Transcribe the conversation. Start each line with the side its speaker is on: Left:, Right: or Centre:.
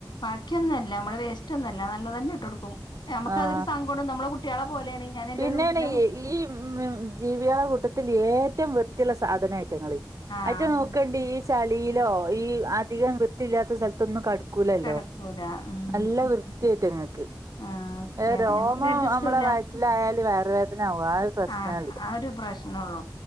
Left: ബാക്കിയൊന്നു അല്ല. നമ്മള് വേസ്റ്റ് ഒന്നു അല്ല. നല്ല തന്നെ ഇട്ട് കൊടുക്കും. നമുക്കത്
Right: ആഹ്
Left: സൻ ണ്ട് നമ്മളെ കുട്ട്യേളെ പോലെ ആണ്. ഞാൻ എന്റെ
Right: പിന്നേണ്
Left: കുട്ടി <unintelligible>
Right: ഈ ഈ ഉം ജീവ്യേളെ കൂട്ടത്തിൽ ഏറ്റം വൃത്തി ഇള്ള സാധന അയ്റ്റങ്ങള്.
Left: ആഹ്
Right: അയിറ്റ നോക്കണ്ടി.
Left: വൃത്തി
Right: ച്ചളിലോ ഈ അധികം വൃത്തിയില്ലാത്ത സ്ഥലത്തൊന്നും കട കൂലല്ലൊ.
Left: ഒന്നും കിടക്കൂല ഉം
Right: നല്ല
Left: വൃത്തി
Right: വൃത്ത്യ അയ്റ്റങ്ങക്ക്.
Left: ആഹ് വൃത്തിയാണ്
Right: ഏ രോമം
Left: നമ്മക്ക് അഡ്ജസ്റ്റും
Right: നമ്മളെ
Left: ഇല്ല
Right: വയറ്റിലായാല് വയറുവേദന ആകും. ആ ഒരു പ്രശ്നാ
Left: ആഹ്
Right: ഇള്ളെ
Left: ആ ഒരു പ്രശ് നൊള്ളു.